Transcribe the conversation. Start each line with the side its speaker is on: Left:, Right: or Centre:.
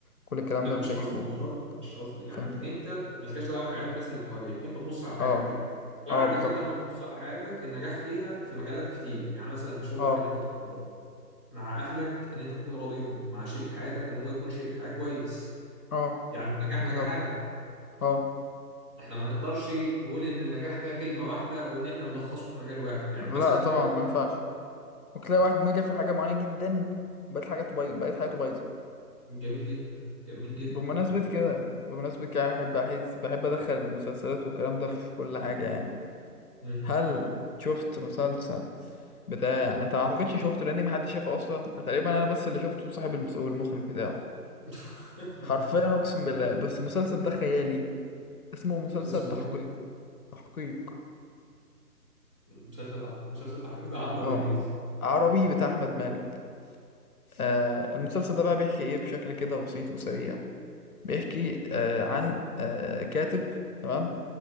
Left: كل الكلام
Right: لا
Left: ده مفيكه
Right: مش قصدي مش قصدي مش قصدي يعني
Left: فاهم
Right: انت انت مالكش دعوه بحياه الناس اللي حواليك انت تبص على حياتك
Left: اه
Right: انت بعد
Left: اه بالظبط
Right: كده لما تبص على حياتك النجاح فيها في مجالات كتير يعني مثلا في شغلك
Left: اه
Right: ان انت تكون راضي مع اهلك ان انت تكون راضيهم مع شريك حياتك ان هو يكون شريك حياه كويس
Left: اه
Right: يعني النجاح
Left: بالظبط
Right: نجاحات
Left: اه
Right: احنا ما نقدرش نقول ان النجاح ده كلمه واحده او ان احنا نلخصه في مجال واحد يعني
Left: لا
Right: مثلا
Left: طبعا
Right: تلاقي واحد
Left: ما ينفعش ممكن تلاقي واحد نجح في حاجة معينة جدا وبقت حاجاته بايظة بقت حياته بايظة
Right: جميل جدا جميل جدا
Left: بمناسبة
Right: يعني
Left: كده بمناسبة كده بحب أحس بحب أدخل المسلسلات والكلام ده في كل حاجة يعني
Right: مم.
Left: هل شفت مسلسل بتاع انت ما اعتقدش شفته لان محدش شافه اصلا تقريبا انا بس اللي شفته صاحب المس... والمخرج بتاعه
Right: <laughs>
Left: حرفيا اقسم بالله بس المسلسل ده خيالي اسمه مسلسل
Right: اسمه
Left: تحقيق
Right: ايه
Left: تحقيق
Right: مسلسل تحقيق مسلسل تحقيق ده عربي ولا
Left: اه
Right: انجليزي
Left: عربي بتاع احمد مالك آه المسلسل ده بقى بيحكي ايه بشكل كده بسيط وسريع بيحكي آه، عن آه، كاتب تمام